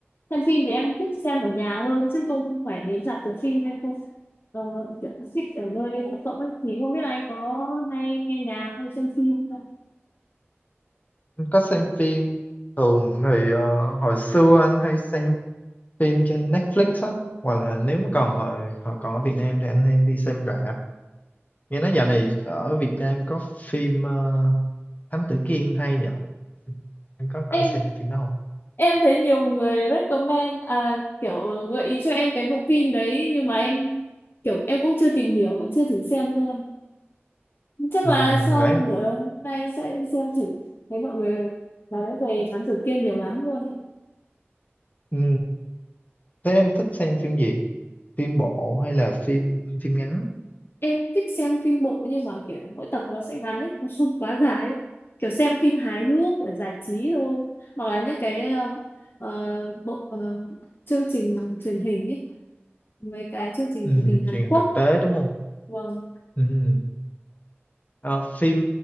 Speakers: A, on the left (about 55°); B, on the left (about 35°).
A: Xem phim thì em thích xem ở nhà hơn chứ không phải đến rạp chiếu phim em không ờ, kiểu thích ở nơi công cộng ấy. Thì không biết là anh có hay nghe nhạc hay xem phim không?
B: Anh có xem phim thường thì ờ, hồi xưa anh hay xem phim trên Netflix á hoặc là nếu mà còn hồi hồi còn ở Việt Nam thì anh hay đi xem rạp nghe nói dạo này ở Việt Nam có phim ờ, Thám Tử Kiên hay nhở em có có
A: em
B: xem phim đó không
A: em thấy nhiều người recommend à, kiểu gợi ý cho em cái bộ phim đấy nhưng mà em kiểu em cũng chưa tìm hiểu và chưa thử xem nữa chắc
B: ừ,
A: là sau
B: nãy em
A: buổi hôm nay sẽ đi xem thử thấy mọi người nói về thám tử kiên nhiều lắm luôn ấy
B: ừ, thế em thích xem phim gì phim bộ hay là phim phim ngắn
A: em thích xem phim bộ nhưng mà kiểu mỗi tập nó sẽ ngắn ấy <laughs> nó không quá dài ấy. kiểu xem phim hài hước để giải trí thôi hoặc là những cái ờ, ờ, bộ ờ, chương trình truyền hình ấy mấy cái chương trình
B: ừ,
A: truyền hình Hàn
B: truyền hình
A: Quốc
B: thực tế đúng không
A: vâng
B: ừ. Ờ, phim